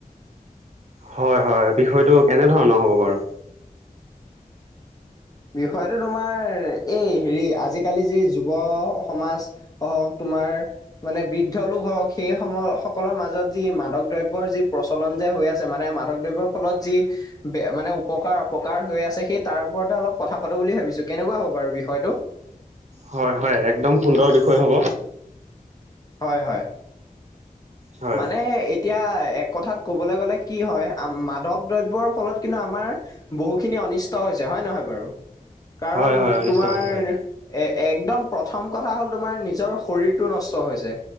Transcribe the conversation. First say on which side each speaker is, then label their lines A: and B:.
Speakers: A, on the right; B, on the left.
A: হয় হয় বিষয়টো কেনেধৰণৰ হব বাৰু
B: বিষয়টো তোমাৰ এই হেৰি আজিকালি যি যুৱ সমাজ স তোমাৰ মানে বৃদ্ধ লোক হওক সেই সম সকলৰ মাজত যি মাদক দ্ৰবৰ যি প্ৰচলন যে হৈ আছে মানে মাদক দ্ৰব্যৰ ফলত যি মানে উপকাৰ অপকাৰ হৈ আছে সেই তাৰ ওপৰতে অলপ কথা পাতো বুলি ভাবিছো। কেনেকুৱা হ'ব বাৰু বিষয়টো?
A: হয় হয় একদম সুন্দৰ বিষয় হ'ব।
B: হয় হয়
A: হয়
B: মানে এতিয়া এক কথাত ক'বলৈ গ'লে কি হয় আ মাধক দ্ৰব্যৰ ফলত কিন্তু আমাৰ বহুখিনি অনষ্ট হৈছে হয় নে নহয় বাৰু কাৰণ
A: হয় হয় অনিষ্ট
B: তোমাৰ
A: হৈছে হয়।
B: এ একদম প্ৰথম কথা হ'ল তোমাৰ নিজৰ শৰীৰটো নষ্ট হৈছে